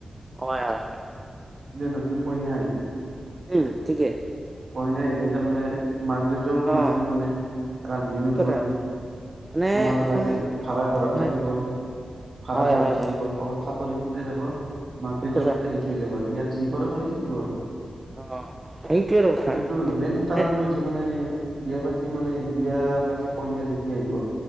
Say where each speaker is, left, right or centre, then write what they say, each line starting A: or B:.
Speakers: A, on the right; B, on the right.
A: হয় হয় হয়,
B: ন তুম ক ন আহ
A: উম ঠিকে,
B: কইনা আহিলে তাৰমানে মাক দেউতক
A: অ
B: নাচায় মানে ৰান্ধিনও
A: ঠিক কথা
B: খুৱায়
A: মানে
B: তোমাৰ
A: এখন
B: লাগে ভা়ড়া ঘৰত
A: হয়
B: থাকিব ভা়া
A: হয়
B: ঘৰত
A: হয়
B: থাকিব
A: হয়
B: কৰবাত চাকৰি যাব মাকটত
A: ঠিক কথা
B: এৰি থৈ যাব ইয়াত যি কৰে কৰি থাকিব পাৰ
A: অ' সেইটোৱেটো কথা
B: সেইটো মেইন
A: মানে
B: কাৰণতটো হৈছে মানে বিয়া পাতি মানে বিয়া পাতি কইনা যেতিয়া আহিব